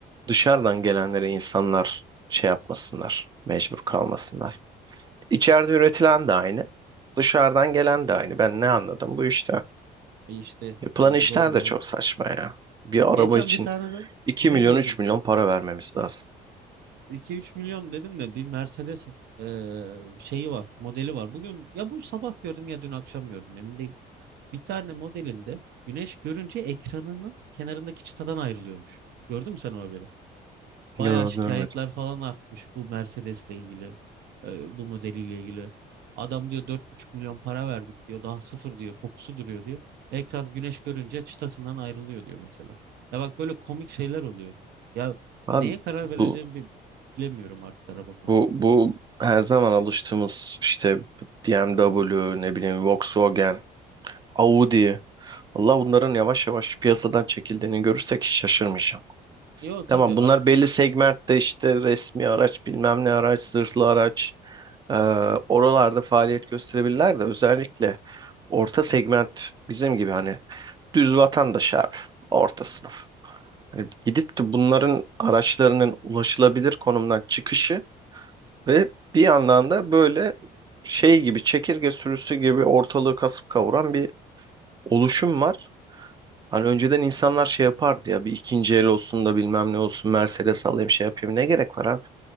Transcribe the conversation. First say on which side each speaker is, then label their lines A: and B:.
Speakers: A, on the right; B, on the right.
A: dışarıdan gelenlere insanlar şey yapmasınlar, mecbur kalmasınlar. İçeride üretilen de aynı, dışarıdan gelen de aynı. Ben ne anladım bu işten?
B: E işte
A: Yapılan
B: e, doğru
A: işler de
B: doğru.
A: çok saçma ya. Bir araba
B: Geçen
A: için
B: bir tane de
A: 2
B: ne
A: milyon
B: gördüm?
A: 3 milyon para vermemiz lazım.
B: 2-3 milyon dedim de bir Mercedes e, şeyi var modeli var. Bugün ya bu sabah gördüm ya dün akşam gördüm emin değilim. Bir tane modelinde güneş görünce ekranının kenarındaki çıtadan ayrılıyormuş. Gördün mü sen o haberi?
A: Yok
B: Bayağı şikayetler
A: görmedim.
B: falan artmış bu Mercedes'le ilgili. e, bu modeliyle ilgili. Adam diyor dört buçuk milyon para verdik diyor. Daha sıfır diyor. Kokusu duruyor diyor. Ekran güneş görünce çıtasından ayrılıyor diyor mesela. Ya bak böyle komik şeyler oluyor. Ya
A: Abi
B: neye karar vereceğimi
A: bu
B: bi- bilemiyorum artık araba konusunda.
A: bu bu her zaman alıştığımız işte BMW ne bileyim Volkswagen Audi. Allah bunların yavaş yavaş piyasadan çekildiğini görürsek hiç şaşırmayacağım.
B: Yo tabii
A: Tamam
B: artık
A: bunlar belli segmentte işte resmi araç, bilmem ne araç, zırhlı araç e, oralarda faaliyet gösterebilirler de özellikle orta segment bizim gibi hani düz vatandaş abi orta sınıf. Hani gidip de bunların araçlarının ulaşılabilir konumdan çıkışı ve bir yandan da böyle şey gibi çekirge sürüsü gibi ortalığı kasıp kavuran bir oluşum var. Hani önceden insanlar şey yapardı ya bir ikinci el olsun da bilmem ne olsun Mercedes alayım şey yapayım ne gerek var abi?